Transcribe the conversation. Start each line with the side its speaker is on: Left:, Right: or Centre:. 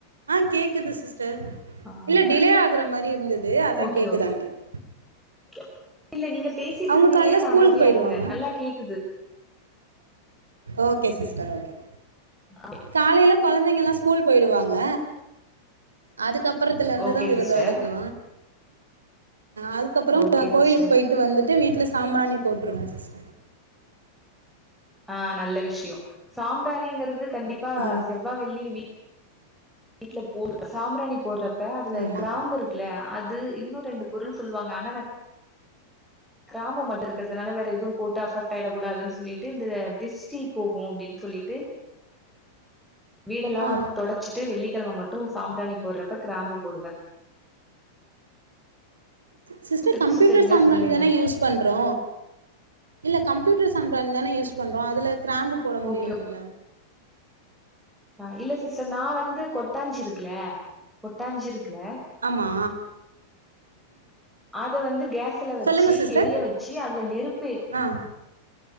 Right: ஆ கேக்குது சிஸ்டர்
Centre: ஆ
Right: இல்ல டிலே ஆகுற மாரி இருந்துது அதா
Centre: ஓகே
Right: கேக்குதான்னு கேட்
Centre: ஓகே இல்ல நீங்க பேசிட்டு
Right: அவுங்க
Centre: இருந்தீங்களேன்னு
Right: காலைல
Centre: நா
Right: ஸ்கூலுக்கு
Centre: அமைதியா
Right: போயிடுவாங்க
Centre: இருந்தே நல்லா கேக்குது
Right: ஓகே சிஸ்டர் ஓகே
Centre: அ
Right: காலையில கைழந்தைங்க எல்லா ஸ்கூல் போயிடுவாங்க அதுக்கப்புறத்துல இருந்துதா
Centre: ஓகே
Right: விருத
Centre: சிஸ்டர்
Right: எடுக்கு அதுக்கப்பறோ
Centre: ஓகே
Right: கோயிலுக்கு
Centre: சிஸ்டர்
Right: போயிட்டு வந்துட்டு வீட்ல சாம்பிராணி போட்டுருவ சிஸ்
Centre: ஆ நல்ல விஷயம் சாம்பிராணிங்கிறது கண்டிப்பா
Right: ஆ
Centre: செவ்வா வெள்ளி வீட் வீட்ல போடு சாம்பிராணி போடுறப்ப அதுல
Right: ஆமா
Centre: கிராம்பு இருக்குலைய அது இன்னு ரெண்டு பொருள் சொல்லுவாங்க ஆனா நா கிராமம் மட்டு இருக்கறதுனால வேற எதுவு போட்டு அபெக்ட் ஆயிடக்கூடாதுன்னு சொல்லிட்டு இந்த திஸ் ட்டி போகு அப்டின் சொல்லிட்டு வீடெல்லா
Right: ஆ
Centre: துடச்சிட்டு வெள்ளிக்கிழம மட்டு சாம்பிராணி போடுறப்ப கிராம்பு போடுவ
Right: சிஸ்டர்
Centre: டிப்ஸ்
Right: கம்ப்யூட்டர்
Centre: தெரிஞ்சா
Right: சாம்பிராணிதான
Centre: சொல்லுங்களே
Right: யூஸ் பண்றோ இல்ல கம்ப்யூட்டர் சாம்பிராணிதான யூஸ் பண்றோ அதுல கிரா போட முடியாதுல
Centre: ஓகே ஆ இல்ல சிஸ்டர் நா வந்து கொட்டாஞ்சிருக்குல்ல கொட்டாஞ்சிருக்குல்ல
Right: ஆமா
Centre: அத வந்து கேஸுல வெச்சு
Right: சொல்லுங்க சிஸ்டர்
Centre: எரிய வெச்சு அதுல நெருப்பு எ
Right: ஆ